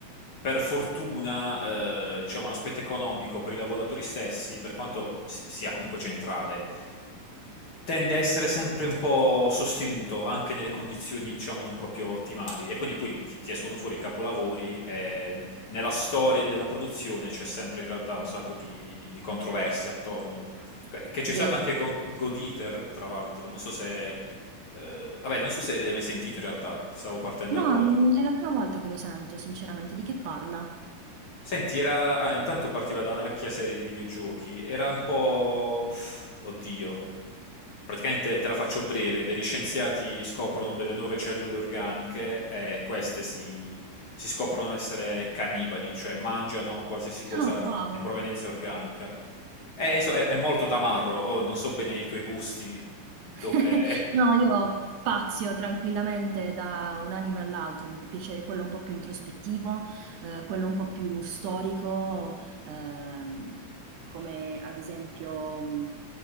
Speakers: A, on the left; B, on the right.
A: per fortuna, eh, diciamo, l'aspetto economico per i lavoratori stessi, per quanto si- sia comunque centrale, tende a essere sempre un po' sostenuto, anche nelle condizioni, diciamo, non proprio ottimali. E quindi poi ti, ti escono fuori i capolavori e nella storia della produzione c'è sempre in realtà un sacco di, di di controversie attorno. Que- Che c'è
B: Vero.
A: stato anche con God Eater, tra l'altro. Non so se... eh, vabbè, non so se l'hai mai sentito in realtà, stavo partendo
B: No,
A: a ruota.
B: mhmm, è la prima volta che lo sento sinceramente. Di che parla?
A: Senti, era... ah, intanto partiva da una vecchia serie di videogiochi, era un po'... Oddio, praticamente te la faccio breve, degli scienziati scoprono delle nuove cellule organiche e queste si, si scoprono essere cannibali, cioè mangiano qualsiasi cosa
B: Oh, wow.
A: di provenienza organica. E, insomma, è, è molto tamarro, oh, non so bene i tuoi gusti, dove...
B: <laughs> No, io spazio tranquillamente da un anime all'altro. Mi può piacere quello un po' più introspettivo, uhm, quello un po' più storico, uhm, come ad esempio, mhmm,